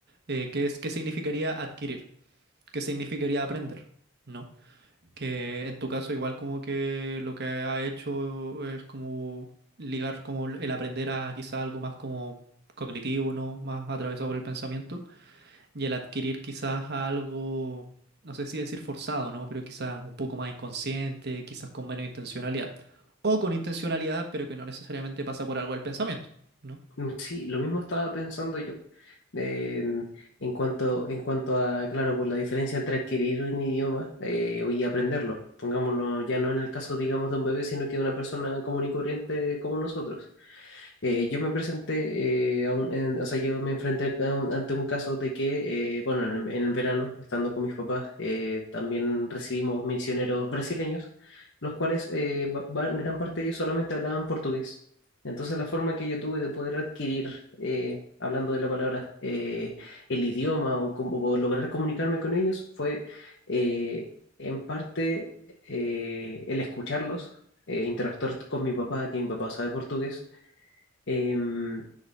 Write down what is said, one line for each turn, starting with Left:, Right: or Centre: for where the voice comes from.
Right: Eh, ¿qué es, qué significaría adquirir? qué significaría aprender, ¿no? Que en tu caso igual como que lo que ha hecho es como ligar como el el aprender a quizás algo más como cognitivo, ¿no? Más atravesado por el pensamiento y el adquirir quizás algo, no sé si decir forzado, ¿no? Pero quizás un poco más inconsciente, quizás con menos intencionalidad. O con intencionalidad, pero que no necesariamente pasa por algo del pensamiento, ¿no?
Left: Mm, Sí, lo mismo estaba pensando yo. eh, En, en cuanto, en cuanto a, claro, por la diferencia entre adquirir un idioma eh, y aprenderlo. Pongámonos ya no en el caso, digamos, de un bebé, sino que de una persona común y corriente como nosotros eh, yo me presenté, eh, a un- en- o sea, yo me enfrenté a un- ante un caso de que, eh, bueno, en el, en el verano, estando con mis papás, eh, también recibimos misioneros brasileños, los cuales eh, ba- ba- gran parte de ellos solamente hablaban portugués. Entonces la forma que yo tuve de poder adquirir, eh, hablando de la palabra, eh, el idioma o, como- o lograr comunicarme con ellos fue eh, en parte eh, el escucharlos, eh, interactuar con mi papá, que mi papá sabe portugués, em,